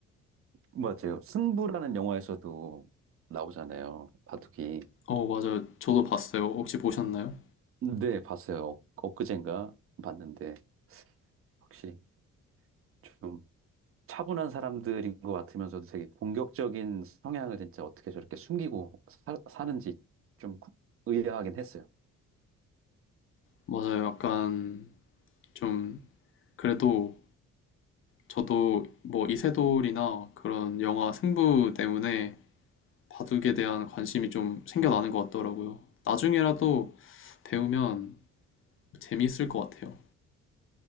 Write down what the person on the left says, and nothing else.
어, 맞아요. 저도 봤어요. 혹시 보셨나요?
맞아요. 약간 좀, 그래도 저도 뭐 이세돌이나 그런 영화 승부 때문에 바둑에 대한 관심이 좀 생겨나는 것 같더라고요. 나중에라도 배우면 재미있을 것 같아요.